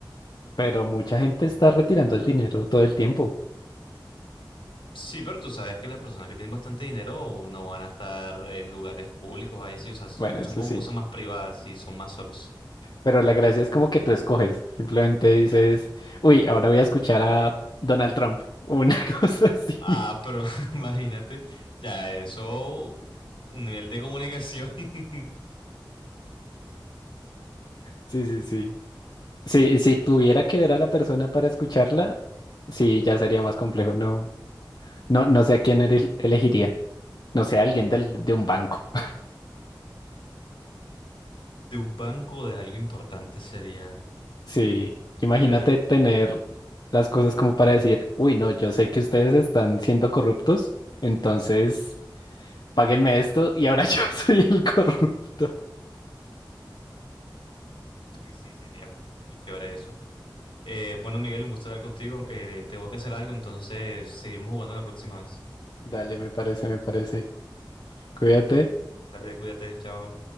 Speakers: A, on the left (about 55°); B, on the left (about 80°).
A: Pero mucha gente está retirando el dinero todo el tiempo.
B: Sí, pero tú sabes que las personas que tienen bastante dinero no van a estar en lugares públicos, ahí sí, o sea, son
A: Bueno, eso
B: como
A: sí.
B: cosas más privadas y son más solos.
A: Pero la gracia es como que tú escoges. Simplemente dices, uy, ahora voy a escuchar a Donald Trump. o Una <laughs> cosa así.
B: Ah, pero <laughs> imagínate, ya eso, un nivel de comunicación <laughs>
A: Sí, sí, sí. Si, si tuviera
B: Bastante largo.
A: que ver a la persona para escucharla, sí, ya sería más complejo. No, no, no sé a quién ele- elegiría. No sé, a alguien del, de un banco. <laughs>
B: de un banco de algo importante sería
A: Sí, imagínate
B: lo ideal.
A: tener las cosas como para decir, uy, no, yo sé que ustedes están siendo corruptos, entonces páguenme esto y ahora <laughs> yo soy el corrupto.
B: Sí, sí, sería muy, muy chévere eso. Eh, bueno, Miguel, un gusto hablar contigo. Eh, tengo que hacer algo, entonces seguimos jugando la próxima vez.
A: Dale, me parece, me parece. Cuídate.
B: Dale, cuídate, chao.